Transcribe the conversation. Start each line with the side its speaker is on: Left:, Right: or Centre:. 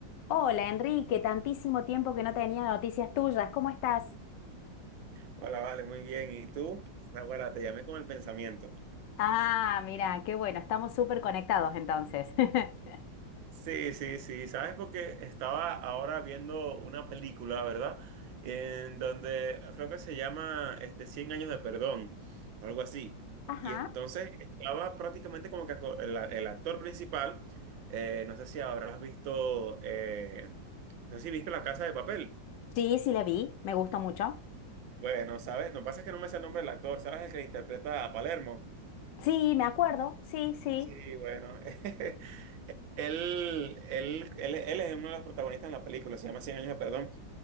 Left: Hola Enrique, tantísimo tiempo que no tenía noticias tuyas, ¿cómo estás?
Right: Hola, vale, muy bien. ¿Y tú? Ahora te llamé con el pensamiento.
Left: Ah, mira, qué bueno, estamos súper conectados entonces. <laughs>
Right: Sí, sí, sí. ¿Sabes? Porque estaba ahora viendo una película, ¿verdad? En donde creo que se llama este, cien años de perdón o algo así.
Left: Ajá.
Right: Y entonces estaba prácticamente como que aco- el, el actor principal, eh, no sé si habrás visto, eh, no sé si viste La Casa de Papel.
Left: Sí, sí la vi. Me gustó mucho.
Right: Bueno, ¿sabes? Lo que pasa es que no me sé el nombre del actor. ¿Sabes el que interpreta a Palermo?
Left: Sí, me acuerdo, sí, sí.
Right: Sí, bueno. <laughs> Él, él, él, él es uno de los protagonistas en la película, se llama Cien años de perdón.